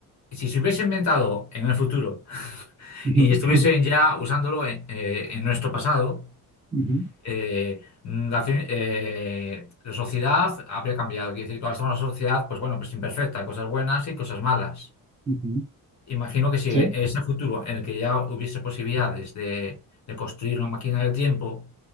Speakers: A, on the left; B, on the right.
A: si se hubiese inventado en el futuro
B: <laughs> Ujú,
A: y estuviesen ya usándolo en, eh, en nuestro pasado,
B: ujú,
A: eh, la, ci- eh, la sociedad habría cambiado. Quiere decir, que ahora somos una sociedad, pues bueno, pues imperfecta, cosas buenas y cosas malas.
B: ujú.
A: Imagino que si
B: Sí,
A: en ese futuro en el que ya hubiese posibilidades de, de construir una máquina del tiempo,